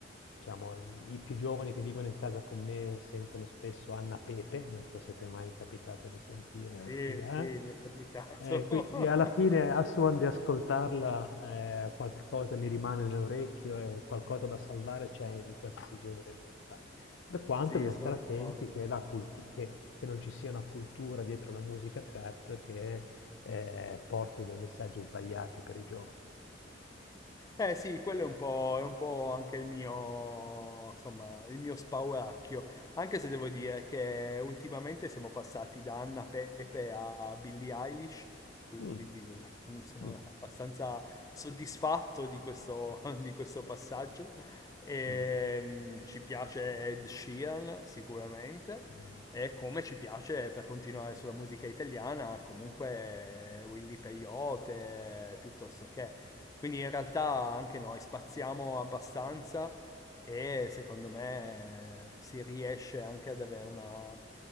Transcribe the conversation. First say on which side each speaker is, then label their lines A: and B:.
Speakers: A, on the left (about 75°); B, on the left (about 20°).
A: diciamo, i, i più giovani che vivono in casa con me sentono spesso Anna Pepe, non so se ti è mai capitato di sentire
B: Sì,
A: chi è.
B: sì, mi è capitato.
A: Eh, quindi
B: <laughs>
A: alla fine a suon di ascoltarla eh, qualcosa mi rimane nell'orecchio e qualcosa da salvare c'è in qualsiasi genere musicale. Per quanto
B: Sì,
A: bisogna
B: sono
A: stare
B: d'accordo.
A: attenti che, la cultu- che- che non ci sia una cultura dietro la musica trap che eh, porti dei messaggi sbagliati per i giovani.
B: Eh sì, quello è un po', è un po' anche il mio, insomma, il mio spauracchio, anche se devo dire che ultimamente siamo passati da Anna Pepe a Billie Eilish, quindi
A: Mm,
B: devo- <laughs> sono
A: mm,
B: abbastanza soddisfatto di questo, <laughs> di questo passaggio. Ehm,
A: mm,
B: ci piace Ed Sheeran sicuramente,
A: mm,
B: e come ci piace per continuare sulla musica italiana, comunque Willy Peyote, piuttosto che... Quindi in realtà anche noi spaziamo abbastanza e secondo me si riesce anche ad avere una,